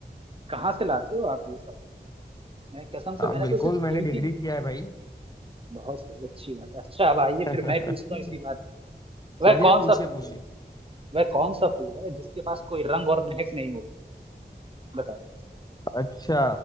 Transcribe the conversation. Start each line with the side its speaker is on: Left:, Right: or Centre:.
Right: कहाँ से लाते हो आप ये सब मैं कसम से
Left: हाँ
Right: मैंने
Left: बिल्कुल
Right: तो सिर्फ
Left: मैंने
Right: दो ही
Left: डिग्री
Right: तीन
Left: किया है भाई
Right: बहुत सही अच्छी बात अच्छा अब आइए
Left: <laughs>
Right: फिर मैं पूछता हूँ इसी बात पे वह
Left: चलिए
Right: कौन सा
Left: पूछिए
Right: फूल
Left: पूछिए
Right: है वह कौन सा फूल है जिसके पास कोई रंग और महक नहीं होती बताओ
Left: अच्छा